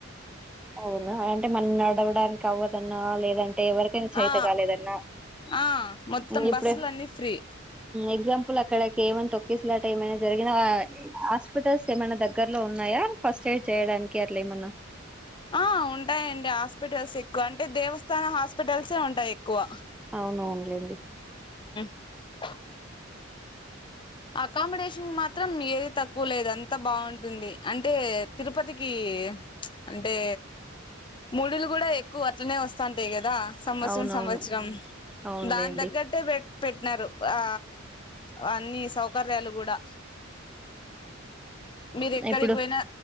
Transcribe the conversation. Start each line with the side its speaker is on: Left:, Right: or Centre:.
Centre: అవునా అంటే మనం నడవడానికి అవ్వదన్నా లేదం అంటే ఎవరకైనా చేత
Left: ఆ
Centre: కాలేదన్నా
Left: ఆ మొత్తం
Centre: ఇప్పుడ
Left: బస్సులు అన్ని ఫ్రీ
Centre: ఎగ్జామ్ అక్కడికి ఏమైనా తొక్కేసలాట ఏమైనా జరిగినా హాస్పిటల్స్ ఏమైనా దగ్గర లో ఉన్నాయా ఫస్ట్ ఎయిడ్ చేయడానికి కేరలే మన్న
Left: ఆ ఉంటాయండి హాస్పిటల్స్ ఎక్కువ అంటే దేవస్థాన హాస్పిటల్సే ఉంటాయి ఎక్కువ
Centre: అవునవునులేండి
Left: వో అకామిడేషన్ మాత్రం ఏది తక్కువ లేదు అంతా బాగుంటుంది అంటే తిరుపతికి అంటే ముడులు కూడా ఎక్కువ అట్లనే వస్తాంటాయి కదా కదా సంవత్సరం
Centre: అవునవును
Left: సంవత్సరం
Centre: అవునులేండి
Left: దాని దగ్గరే పెట్ పెట్టినారు ఆ అ అన్నీ సౌకర్యాలు కూడా మీరు ఎక్కడికి
Centre: ఇప్పుడు
Left: పోయినా